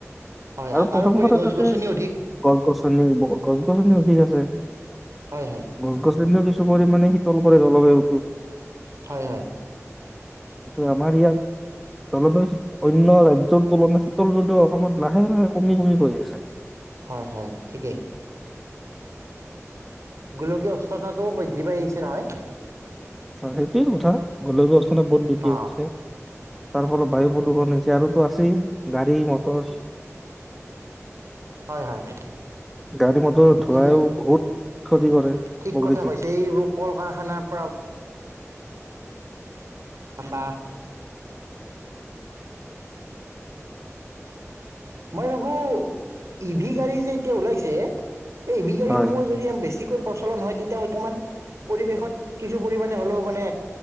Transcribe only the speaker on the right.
হয়
তাৰোপৰি
গছ
গছনি অধিক
হয় হয়
হয় হয়
হয় হয় ঠিকেই গলো কি অ উষ্ণতাটোও বৃদ্ধি পাই আহিছে নহয়
অ
হয় হয়
ঠিকেই
ঠিক
কথা কৈছে এইবোৰ কল কাৰখানাৰ পৰা । আহ বা মই ভাবো ই ভি গাড়ী যে এতিয়া ওলাইছে এই ই ভি গাড়ীসমূহ
যদি আমি বেছি তাতকৈ প্ৰচলন হয় তেতিয়া হয়তো মান পৰিৱেশত কিছু পৰিমণে হ'লেও মানে